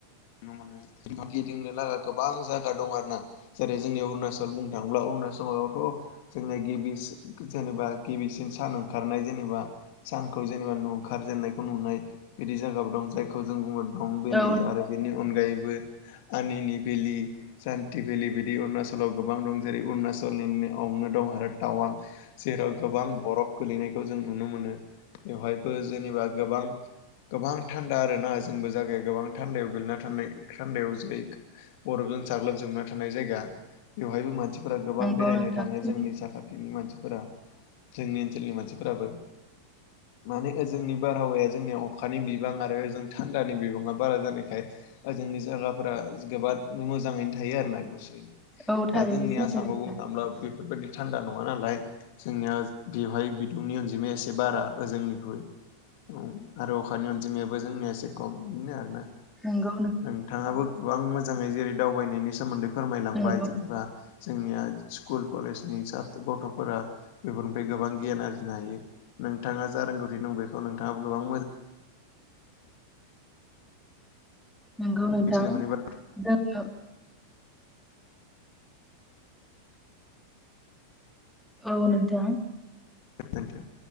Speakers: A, on the left; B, in the centre.
A: नोमोनो गिदिंनो लागा गोबां जायगा दं आरो ना। जेरै जोंनि अरुणाचल बुंनो थाङोब्ला अरुणाचलावथ' जोंना गिबि जेनेबा गिबिसिन सान ओंखारनाय जेनेबा सानखौ जेनेबा न ओंखारजेननायखौ नुनाय बिदि जायगाब दं जायखौ जों बुङो दं भेलि
B: औ
A: आरो बेनि अनगायैबो आनिनि भेलि सान्ति भेलि बिदि अरुणाचलाव गोबां दं जेरै अरुणाचलनिनो दं आरो टावां जेराव गोबां बरफ गोलैनायखौ जों नुनो मोनो बेवहायबो जेनेबा गोबां गोबां थान्दा आरोना जोंबो जागाया गोबां थान्दायाव थानायान्दायाव ज बरफजों साग्लोबजोबना थानाय जायगा बेवहायबो मानसिफोरा गोबां
B: नंगौ
A: बेरायनो
B: नोंथां
A: थाङो
B: सैथो
A: जोंनि साखाथिनि मानसिफोरा जोंनि ओनसोलनि मानसिफोराबो माने ओजोंनि बारहावाया जोंनिया अखानि बिबां आरो ओजों थान्दानि बिबाङा बारा जानायखाय जोंनि जायगाफोरा जोबोद मोजाङैनो थायो आरोना गुसोयैनो
B: औ थारैनो
A: दा जोंनि
B: सैथो
A: आसामाव
B: नोंथां
A: बुंनो थाङोब्ला बेफोरबायदि थान्दा नङा नालाय जोंनिया बेवहाय बिदुंनि अनजिमाया एसे बारा ओ जोंनिख्रुइ उम आरो अखानि अनजिमायाबो जोंनिया एसे खम बिदिनो आरो ना
B: नोंगौ
A: नोंथाङाबो गोबां मोजाङै जेरै दावबायनायनि सोमोन्दै फोरमायलांबाय
B: नंगौ
A: जेनेबा
B: नोंथां
A: जोंनिया स्कुल कलेजनि स गथ'फोरा बेफोरनिफ्राय गोबां गियान आरजिनो हायो नोंथाङा जा रोंगौथि दं बेखौ नोंथाङाबो गोबां मोजां
B: नोंगौ नोंथां
A: मिथिनो मोनैबाय
B: जोंङो औ नोथां।
A: गोजोनथों